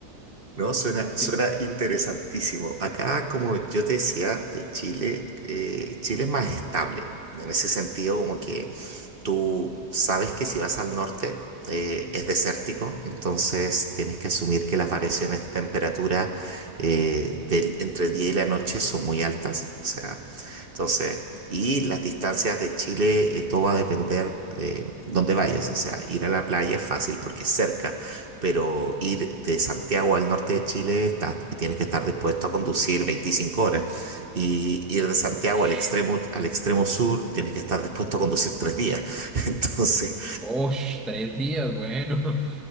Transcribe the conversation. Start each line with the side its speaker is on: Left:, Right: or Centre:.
Right: No, suena, suena
Centre: Tie-
Right: interesantísimo. Acá, como yo te decía, de Chile, eh, Chile es más estable. En ese sentido, como que Tú sabes que si vas al norte eh, es desértico, entonces tienes que asumir que las variaciones de temperatura eh, del, entre el día y la noche son muy altas. O sea, entonces, y las distancias de Chile, eh, todo va a depender de dónde vayas. O sea, ir a la playa es fácil porque es cerca, pero ir de Santiago al norte de Chile estás- tienes que estar dispuesto a conducir 25 horas. Y ir de Santiago
Centre: Osh,
Right: al extremo, al extremo sur, tienes que estar dispuesto a conducir tres días. <laughs> Entonces,
Centre: osh, tres días, bueno. <laughs>